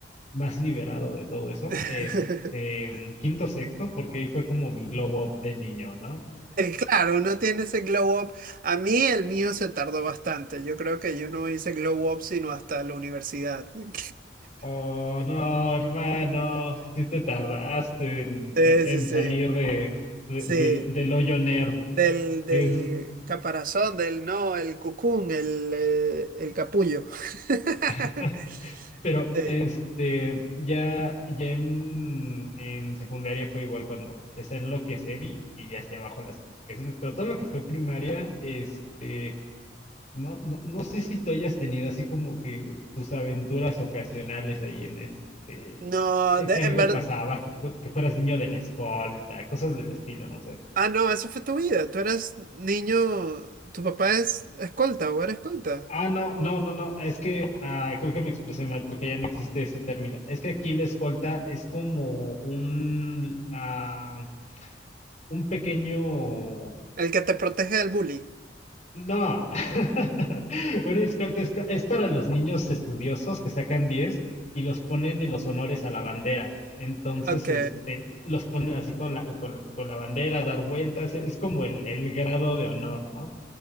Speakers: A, on the left; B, on the right.
A: más liberado de todo eso.
B: <laughs>
A: Este, quinto, sexto, porque ahí fue como mi glow up de niño, ¿no?
B: Claro, uno tiene ese glow up. A mí el mío se tardó bastante. Yo creo que yo no hice glow up sino hasta la universidad. <laughs>
A: Oh, no, hermano, si te tardaste en,
B: Sí,
A: en- en
B: sí, sí.
A: salir de, de-
B: Sí.
A: del, del hoyo nerd.
B: Del, del
A: Es,
B: caparazón, del no, el cucún, el, eh, el capullo. <laughs>
A: <laughs> pero,
B: Sí.
A: este, ya, ya en, en secundaria fue igual cuando empecé a enloquecer y, y hacia abajo las calificaciones, pero todo lo que fue primaria, este, no, no, no sé si tú hayas tenido así como que tus aventuras ocasionales ahí en este,
B: No,
A: eh,
B: de-
A: que algo
B: en verdad.
A: pasaba, que, fu- que fueras niño de la escolta, cosas del estilo, no sé.
B: Ah, no, eso fue tu vida. Tú eras niño. Tu papá es escolta o era escolta.
A: Ah, no, no, no, no, es que ah, creo que me expresé mal porque ya no existe ese término. Es que aquí la escolta es como un, ah, un pequeño...
B: El que te protege del bully.
A: No, <laughs> una escolta es, ca- es para los niños estudiosos que sacan 10 y los ponen en los honores a la bandera. Entonces,
B: Ok.
A: este, los ponen así con la, con, con la bandera, a dar vueltas, es como el, el grado de honor, ¿no?